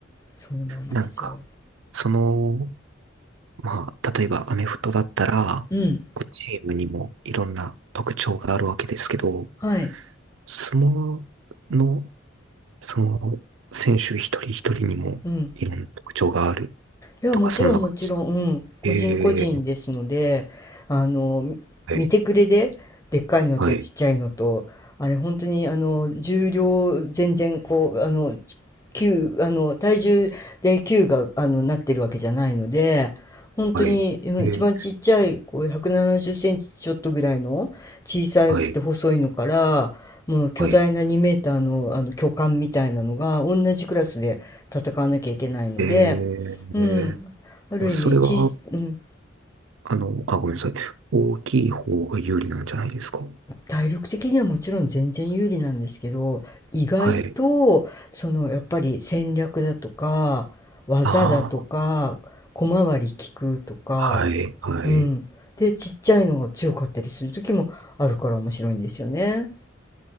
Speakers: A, on the left; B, on the right.
A: そうなんですよ。
B: なんか、その、まあ、例えばアメフトだったら、
A: うん、
B: こうチームにもいろんな特徴があるわけですけど、
A: はい、
B: 相撲の、その、選手一人一人にもいろんな特徴がある
A: うん、いや、
B: とか、
A: もちろんもちろん、
B: そんな感じ。
A: うん、個人個人ですので、
B: えー、
A: あの、み見てくれで、
B: はい、
A: でっかいのとちっちゃいのと、
B: はい、
A: あれ本当にあの重量全然こうあの球あの体重で球があのなってるわけじゃないので、本当にうん一番ちっちゃいこう170センチちょっとぐらいの小さくて細いのから、
B: はい、えーはい。
A: もう巨大な2メーターの、
B: はい。
A: あの巨漢みたいなのが同じクラスで戦わなきゃいけないので。
B: えー、
A: うん、ある意味小さ、
B: えそれは、
A: うん、
B: あの、あ、ごめんなさい。大きい方が有利なんじゃないですか。
A: 体力的にはもちろん全然有利なんですけど意外とそのやっぱり戦略だとか技だとか小回り利くとか、
B: はい。ああ、はい、はい。
A: うん、でちっちゃいのが強かったりする時もあるから面白いんですよね。